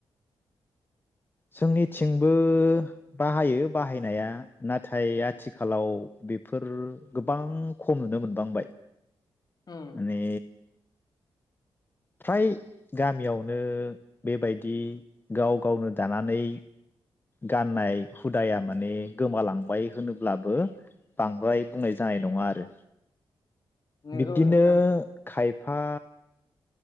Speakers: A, on the left (about 20°); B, on the left (about 45°).
A: जोंनिथिंबो बाहायो बाहायनाया नाथाय आथिखालाव बेफोर गोबां खम नुनो मोनबांबाय।
B: उम
A: माने फ्राय गामियावनो बेबायदि गाव गावनो दानानै गाननाय हुदाया माने गोमालांबाय होनोब्लाबो बांद्राय बुंनाय जा नाय नङा आरो
B: नंगौ
A: बिब्दिनो
B: नोंथां
A: खाय फा